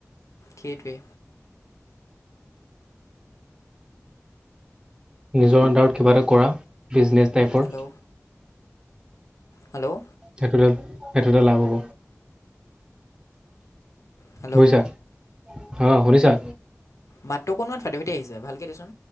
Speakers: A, on the left (about 75°); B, on the right (about 15°).
A: সেইটোৱে
B: নিজৰ আন্দাৰত কিবা এটা কৰা ব্ৰিজনেছ টাইপৰ।
A: হেল্ল' হেল্ল'
B: সেইটোতে সেইটোতে লাভ হ'ব
A: হেল্ল'
B: বুজিছা অ শুনিছা
A: মাতটো অকণমান ফাটি ফাটি আহিছে ভালকে দেচোন